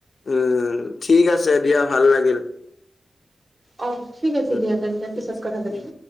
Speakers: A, on the left (about 65°); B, on the right (about 25°).
A: উম ঠিক আছে দিয়া ভাল লাগিল।
B: অ ঠিক আছে
A: উম,
B: দিয়া তেন্তে
A: ঠিক
B: পিছত
A: আছে
B: কথা পাতিম।
A: উম।